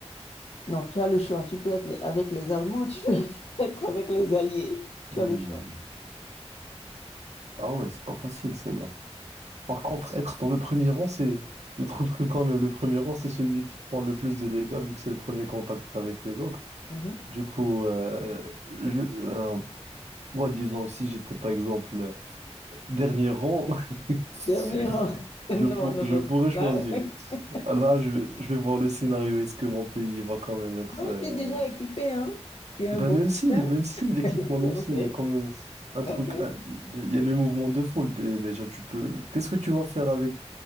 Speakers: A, on the left; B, on the right.
A: Non, tu as le choix. Tu peux être avec les Allemands, tu peux <laughs> être avec les Alliés. Tu
B: Hmm.
A: as le choix.
B: Ah ouais, c'est pas facile celle-là. Par contre, être dans le premier rang, c'est. Je trouve que quand même, le premier rang, c'est celui qui prend le plus de dégâts, vu que c'est le premier contact avec les autres.
A: Mhm.
B: Du coup, euh, je, euh, moi, disons que si j'étais, par exemple, euh, dernier rang, <laughs>
A: Dernier rang. <laughs> Non,
B: je, pour-
A: non,
B: je
A: non.
B: pourrais choisir.
A: Là, <laughs>
B: Là, je vais, je vais voir le scénario. Est-ce que mon pays va quand même être,
A: non,
B: euh,
A: tu es déjà équipé, hein? Tu es un
B: Bah
A: bon
B: même si,
A: soutien.
B: même si l'équipement, même
A: Ok,
B: si, il y a quand même un truc,
A: ok.
B: à- il y a le mouvement de foule dé- déjà, tu peux... Qu'est-ce que tu vas faire avec,